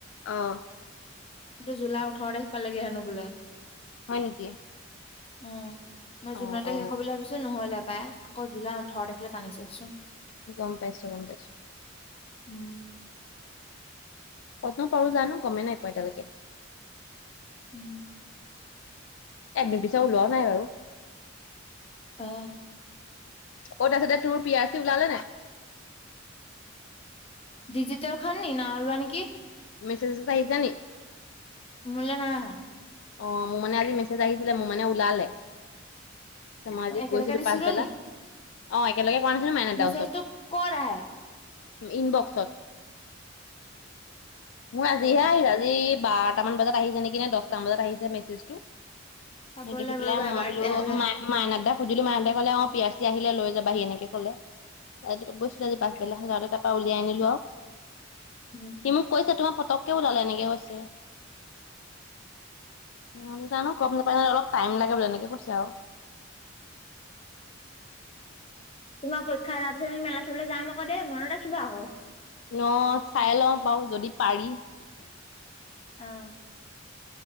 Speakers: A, on the left (about 70°); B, on the left (about 30°).
A: অহ,
B: সেইটো জুলাই ওঠৰ তাৰিখ পালেগে হেনো বোলে।
A: হয় নেকি?
B: উম, মই
A: অ
B: জুনতে
A: অ
B: শেষ হব বুলি ভাবিছো নহলে। পাই আকৌ জোলা ওঠৰ দেখিলে টানিছেচোন।
A: গম পাইছো, গম পাইছো।
B: উম,
A: কত্ন পাৰো জানো গমেই নাই পোৱা এতিয়ালৈকে।
B: উম,
A: এডমিনট পিছত ওলোৱা নাই বাৰু।
B: আহ,
A: অ' তাৰপছতে তোৰ পি আৰ চি ওলালে নাই?
B: ডিজিটেল খন নাইওলোৱা নেকি?
A: মেছেজত এটা আহিছে নি?
B: মুলে নাই আহা।
A: অ' মোৰ মানে আজি মেছেজ আহিছিলে মোৰ মানে ওলালে। ধেমাজি
B: অ একেলগে
A: গৈছিলো
B: দিছিলো
A: পাছবেলা
B: নি
A: অ' একেলগে কৰা নাছিলো মাইনাদাৰ
B: মেছেজটো
A: ওচৰত
B: কত আহে
A: ইনবক্সত মোৰ আজিহে
B: অ।
A: আহে আজি বাৰ এটামান বজাত আহিছে নেকি নে দহটা মান বজাত আহিছে মেছেজটো।
B: চাব
A: দেখি
B: লাগিব
A: পেলাই
B: ৰ'বা
A: মই
B: এবাৰ
A: বোলো
B: তেতিয়াহ'লে
A: মাই মাইনাডা সুধিলো মাইনা দা কলে অ' পি আৰ চি আহিলে লৈ যাবাহি এনেকে কলে গৈছিলেজি পাছবেলাতে। তাৰাপ পৰা উলিয়াই আনিলো আৰু।
B: উম।
A: সি মোক কৈছো তোমাৰ পতককে ওলালে এনেকে কৈছে। অ', জানো গম নাপাই ন অলপ টাইম লাগে বুলি এনেকে কৈছে আৰু।
B: তোমাৰ পৰীক্ষা তাৰ পিছত আমি মেলা চাবলৈ যাম আকৌ দেই মনত ৰাখিবা আকৌ।
A: ন চাই লওঁ বাৰও যদি পাৰি।
B: অহ,